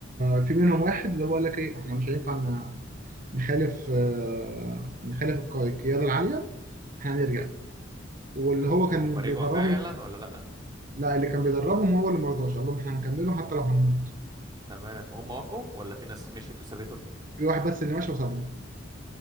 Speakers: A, on the right; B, on the right.
A: آه، في منهم واحد اللي هو قال لك ايه احنا مش هينفع ن- نخالف آه، نخالف الق- القيادة العالية احنا هنرجع واللي هو
B: وهم
A: كان
B: رجعوا
A: بيدربهم
B: فعلا ولا لأ
A: لا اللي كان بيدربهم هو اللي مرضاش قال لهم احنا هنكمله حتى لو هنموت
B: تمام وهم وافقوا ولا في ناس مشيت وسابته
A: في واحد بس اللي ماشي وسابهم